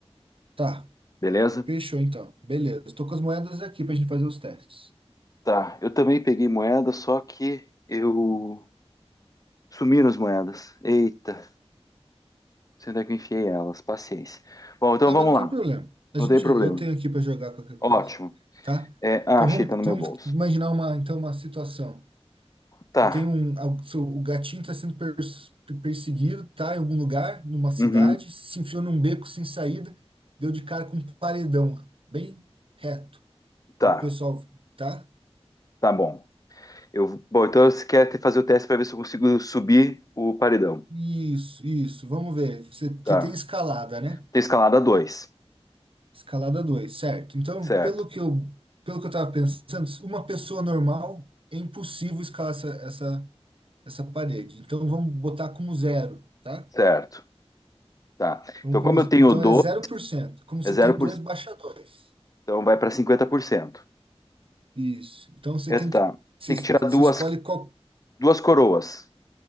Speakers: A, on the right; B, on the left.
A: Tá,
B: beleza?
A: fechou então. Beleza. Estou com as moedas aqui pra gente fazer os testes.
B: Tá. Eu também peguei moeda, só que eu sumiram as moedas. Eita, sei onde é que eu enfiei elas. Paciência. Bom, então
A: Tá,
B: vamos
A: mas não tem
B: lá.
A: problema. A
B: Não
A: gente,
B: tem problema.
A: eu tenho aqui pra jogar qualquer
B: Ótimo.
A: coisa, tá?
B: É, ah,
A: Então
B: achei,
A: vamos,
B: tá no meu
A: vamos
B: bolso.
A: imaginar uma, então, uma situação.
B: Tá.
A: que tem um, al- seu- o gatinho está sendo pers- perseguido, tá em algum lugar, numa cidade,
B: Uhum.
A: se enfiou num beco sem saída, deu de cara com um paredão, bem reto.
B: Tá.
A: E o pessoal, tá?
B: Tá bom. Eu, bom, então você quer te- fazer o teste para ver se eu consigo subir o paredão.
A: Isso, isso, vamos ver. Você, você
B: Tá.
A: tem escalada, né?
B: Tem escalada dois
A: Escalada 2, certo. Então,
B: Certo.
A: pelo que eu, pelo que eu estava pensando, uma pessoa normal é impossível escalar essa, essa, essa parede. Então, vamos botar como zero, tá?
B: Certo. Tá.
A: Vamos
B: Então,
A: começar.
B: como eu tenho
A: Então,
B: 12,
A: é zero por cento, Como você
B: é 0%,
A: tem dois, baixa dois.
B: então vai para cinquenta por cento
A: Isso. Então você
B: É,
A: tem
B: tá.
A: que. Se,
B: Tem que tirar
A: se
B: duas,
A: escolhe qual.
B: duas coroas.